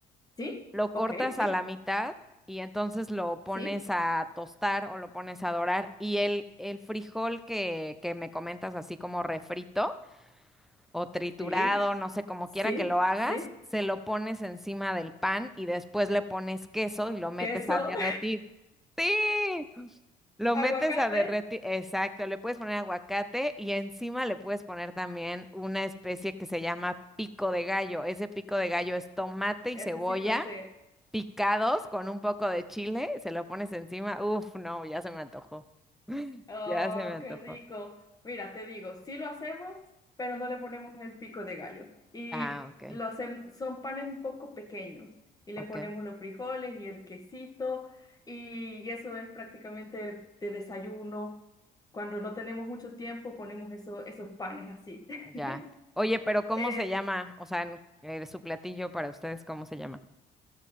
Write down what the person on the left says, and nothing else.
¿Sí?
Ok, sí,
sí,
sí,
sí,
sí.
Queso,
<laughs>
aguacate,
eso
sí lo sé.
Oh,
qué rico. Mira, te digo, sí lo hacemos, pero no le ponemos el pico de gallo. Y
lo hacemos, son panes un poco pequeños y le
ponemos los frijoles y el quesito y eso es prácticamente de desayuno. Cuando no tenemos mucho tiempo, ponemos eso, esos panes así. <laughs>
Eh,